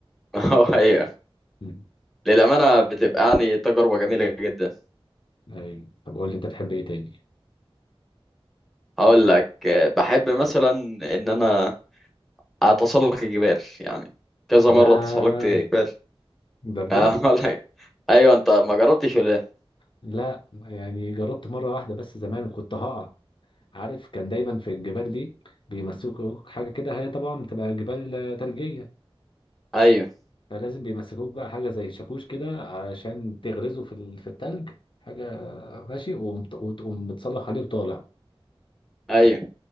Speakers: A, in the centre; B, on the left.
A: <laughs> ايوه
B: مم.
A: للأمانة بتبقى يعني تجربة جميلة جدا
B: ايوه طب قول لي انت بتحب ايه تاني
A: هقول لك آه، بحب مثلا ان انا اتسلق الجبال يعني كذا
B: ياه
A: مرة تسلقت جبال
B: ده بجد
A: آه، <laughs> هقول لك ايوه انت ما جربتش ولا ايه
B: لا يعني جربت مرة واحدة بس زمان وكنت هقع عارف كان دايما في الجبال دي بيمسكوا حاجة كده هي طبعا بتبقى جبال آه، تلجية
A: ايوه
B: فلازم بيمسكوك بقى حاجة زي شاكوش كده عشان تغرزه في ال- في التلج حاجة ماشي ومت- وتقوم متصلح عليه وطالع
A: ايوه